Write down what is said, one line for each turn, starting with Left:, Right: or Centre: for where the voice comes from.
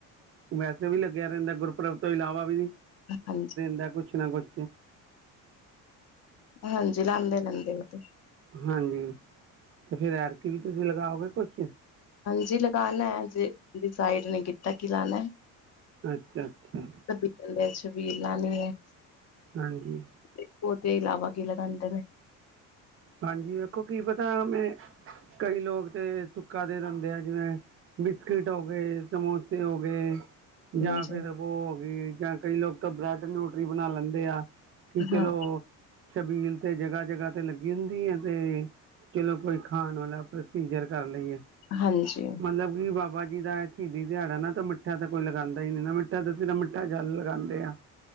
Right: ਵੈਸੇ ਵੀ ਲੱਗਿਆ ਰਹਿੰਦਾ ਗੁਰਪੁਰਬ ਤੋਂ ਇਲਾਵਾ ਵੀ ਜੀ।
Left: <unintelligible>
Right: ਦਾ ਕੁਛ ਨਾ ਕੁਛ।
Left: ਹਾਂਜੀ ਲਾਂਦੇ ਰਹਿੰਦੇ ਉਹ ਤੇ।
Right: ਹਾਂਜੀ, ਤੇ ਫੇਰ ਐਕਤੀ ਵੀ ਤੁਸੀਂ ਲਗਾਓਗੇ ਕੁਛ?
Left: ਹਾਂਜੀ ਲਗਾਣਾ ਹਜੇ, ਡਿਸਾਈਡ ਨੇ ਕੀਤਾ ਕੀ ਲਾਣਾ।
Right: ਅੱਛਾ-ਅੱਛਾ।
Left: ਕਦੀ ਕਹਿੰਦੇ ਛਬੀਲ ਲਾਨੀ ਏ।
Right: ਹਾਂਜੀ।
Left: ਤੇ ਉਹਦੇ ਇਲਾਵਾ ਕੀ ਲਗਾਦੇ ਨੇ।
Right: ਹਾਂਜੀ ਵੇਖੋ ਕੀ ਪਤਾ ਮੈਂ, ਕਈ ਲੋਕ ਤੇ ਸੁੱਕਾ ਦੇ ਦਿੰਦੇ ਆ ਜਿਵੇਂ ਬਿਸਕਿਟ ਹੋ ਗਏ, ਸਮੋਸੇ ਹੋ ਗਏ।
Left: ਹਾਂਜੀ
Right: ਜਾਂ ਫੇਰ ਉਹ ਹੋ ਗਈ ਜਾਂ ਕਈ ਲੋਕ ਤਾਂ ਬ੍ਰੈਡ ਨਿਊਟਰੀ ਬਣਾ ਲੈਂਦੇ ਆ। ਕਿ ਚਲੋ,
Left: ਹਾਂ,
Right: ਛਬੀਲ ਤੇ ਜਗ੍ਹਾ-ਜਗ੍ਹਾ ਤੇ ਲੱਗੀ ਕਿਹਦੀ ਆ ਤੇ, ਚਲੋ ਕੋਈ ਖਾਣ ਵਾਲਾ ਪ੍ਰੋਸੀਜਰ ਕਰ ਲਈਏ।
Left: ਹਾਂਜੀ
Right: ਮਤਲਬ ਕੀ ਬਾ- ਬਾਬਾ ਜੀ ਦਾ ਸ਼ਹੀਦੀ ਦਿਹਾੜਾ ਨਾ ਤਾਂ ਮਿੱਠਾ ਤਾਂ ਕੋਈ ਲਗਾਂਦਾ ਹੀ ਨੀ ਨਾ ਮਿੱਠਾ ਤਾਂ ਅਸੀਂ ਤਾਂ ਮਿੱਠਾ ਜਲ ਲਗਾਂਦੇ ਆ।